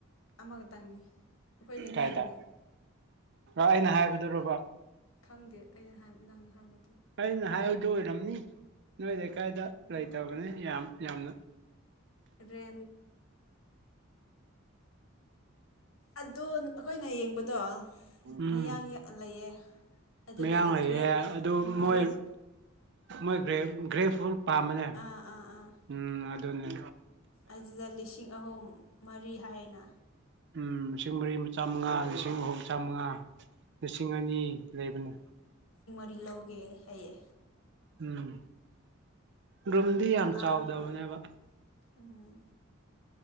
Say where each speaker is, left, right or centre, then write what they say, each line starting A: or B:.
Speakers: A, on the left; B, on the right.
A: ꯑꯃꯈꯛꯇꯪꯅꯤ ꯑꯩꯈꯣꯏ ꯂꯩꯀꯥꯏꯒꯤꯗꯣ
B: ꯀꯥꯏꯗ ꯑꯩꯅ ꯍꯥꯏꯕꯗꯨ ꯔꯣꯕꯥ
A: ꯈꯪꯗꯦ ꯑꯩꯅ ꯅꯪ ꯍꯥꯏꯕꯗꯤ
B: ꯑꯩꯅ ꯍꯥꯏꯕꯗꯨ ꯑꯣꯏꯔꯝꯅꯤ ꯅꯣꯏ ꯂꯩꯀꯥꯏꯗ ꯂꯩꯇꯕꯅꯦ ꯌꯥꯝ ꯌꯥꯝ
A: ꯔ ꯑꯗꯨ ꯑꯩꯈꯣꯏꯅ ꯌꯦꯡꯕꯗꯣ
B: ꯎꯝ
A: ꯃꯌꯥꯡꯛ ꯂꯩꯌꯦ ꯑꯗꯨꯒ
B: ꯃꯌꯥꯡ ꯂꯩꯌꯦ
A: ꯒ꯭ꯔꯦꯞ
B: ꯑꯗꯨ ꯃꯣꯏ
A: ꯒ꯭ꯔꯦꯞ
B: ꯃꯣꯏ ꯒ꯭ꯔꯦ ꯒ꯭ꯔꯦ ꯐꯨꯜ ꯄꯥꯝꯕꯅꯦ
A: ꯑꯥ ꯑꯥ ꯑꯥ
B: ꯎꯝ ꯑꯗꯨꯗꯟꯅ
A: ꯑꯗꯨꯗ ꯂꯤꯁꯤꯡ ꯑꯍꯨꯝ ꯃꯔꯤ ꯍꯥꯏꯅ
B: ꯎꯝ ꯂꯤꯁꯤꯡ ꯃꯔꯤ ꯃꯆꯥꯥꯃꯉꯥ ꯂꯤꯁꯤꯡ ꯑꯍꯨꯝ ꯃ ꯆꯥꯃꯉꯥ ꯂꯤꯁꯤꯡ ꯑꯅꯤ ꯂꯩꯕꯅꯤ
A: ꯀ ꯂꯧꯒꯦ ꯍꯌꯦ
B: ꯎꯝ ꯔꯨꯝꯗꯤ ꯌꯥꯝ
A: ꯇꯥꯡꯉꯦꯕ
B: ꯆꯥꯎꯗꯕꯅꯦꯕ
A: ꯎꯝ